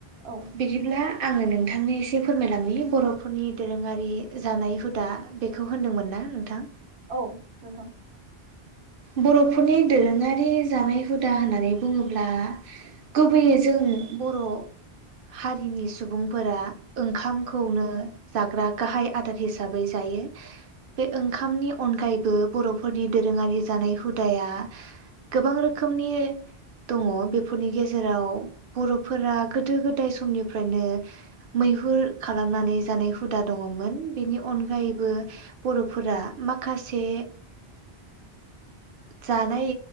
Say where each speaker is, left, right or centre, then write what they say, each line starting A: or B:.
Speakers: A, on the right; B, on the right.
A: औ
B: बिदिब्ला। आङो नोंथांनो एसे फोरमायलांनि बर'फोरनि दोरोङारि जानाय हुदा बेखौ होनदोंमोन ना नोंथां।
A: औ नोंथां
B: बर'फोरनि दोरोङारि जानाय हुदा होननानै बुङोब्ला गुबैयै जों बर' हारिनि सुबुंफोरा ओंखामखौनो जाग्रा गाहाय आदार हिसाबै जायो बे ओंखामनि अनगायैबो बर' फोरनि दोरोङारि जानाय हुदाया गोबां रोखोमनि दङ बेफोरनि गेजेराव बर'फोरा गोदो गोदाय समनिफ्रायनो मैहुर खालामनानै जानाय हुदा दङमोन बेनि अनगायैबो बर'फोरा माखासे जानाय